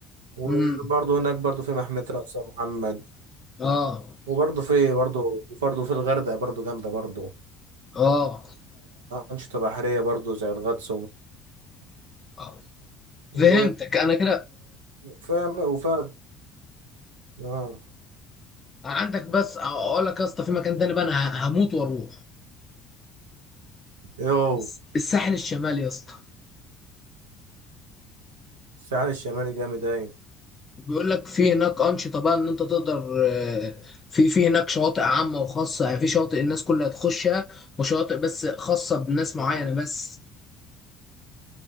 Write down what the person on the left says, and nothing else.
امم
اه
اه
آه.
فهمتك انا كده
عندك بس اقول لك يا اسطى في مكان تاني بقى انا هموت واروح
الس- الساحل الشمالي يا اسطى
بيقول لك في هناك أنشطة بقى إن أنت تقدر آه، في في هناك شواطئ عامة وخاصة يعني في شواطئ الناس كلها تخشها وشواطئ بس خاصة بناس معينة
بس